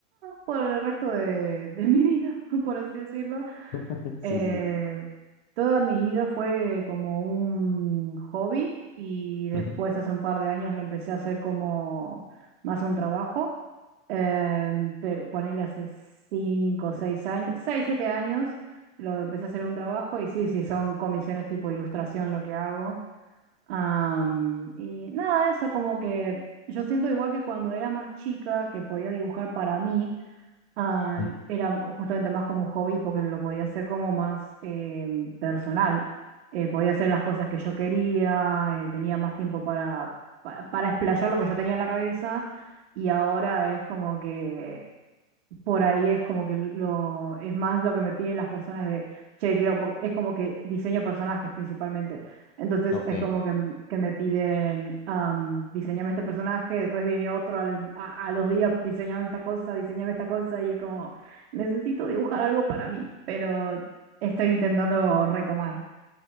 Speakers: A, on the right; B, on the left.
A: por el resto de, de mi vida, <laughs> por así decirlo.
B: <laughs> Sí,
A: Eh,
B: sí.
A: toda mi vida fue como un hobby y después
B: Ujú,
A: hace un par de años lo empecé a hacer como más un trabajo. Em, pero ponerle hace cinco, o seis años, seis, siete años, lo empecé a hacer un trabajo y sí, sí, son comisiones tipo ilustración lo que hago. Am, y nada, eso como que yo siento igual que cuando era más chica que podía dibujar para mí. Ah,
B: ujú.
A: era justamente más como un hobby porque lo podía hacer como más em, personal. Eh, podía hacer las cosas que yo quería, eh, tenía más tiempo para, pa- para explayar lo que yo tenía en la cabeza y ahora es como que por ahí es como que lo es más lo que me piden las personas de, che, quiero, po- es como que diseño personajes principalmente. Entonces
B: Ok.
A: es como que, m- que me piden, am, diseñame este personaje, después viene otro al- a, a los días, diseñame esta cosa, diseñame esta cosa, y es como, necesito dibujar algo para mí, pero estoy intentando retomar.